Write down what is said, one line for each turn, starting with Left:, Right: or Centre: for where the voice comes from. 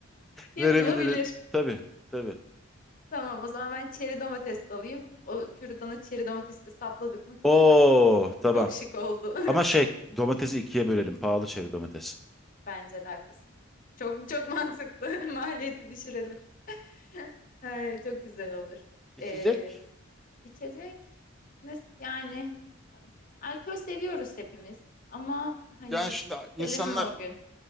Left: Yapılabilir.
Centre: verebiliriz. Tabii tabii.
Left: Tamam o zaman ben çeri domates de alayım. O kürdana çeri domatesi de sapladık mı tamam
Centre: Oo
Left: artık.
Centre: tamam.
Left: Çok şık oldu.
Centre: Ama şey domatesi ikiye bölelim. Pahalı çeri domates.
Left: <laughs> Bence de haklısın. Çok çok mantıklı. <laughs> Maliyeti düşürelim. <laughs> Ay, çok güzel olur.
Centre: İçecek.
Left: Ee, içecek nasıl yani alkol seviyoruz hepimiz ama hani
Centre: Yani şimdi
Left: içelim
Centre: insanlar
Left: mi o gün?